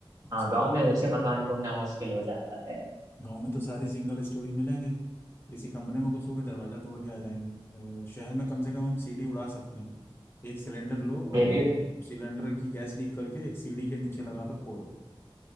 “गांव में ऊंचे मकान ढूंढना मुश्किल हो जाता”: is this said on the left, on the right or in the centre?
Right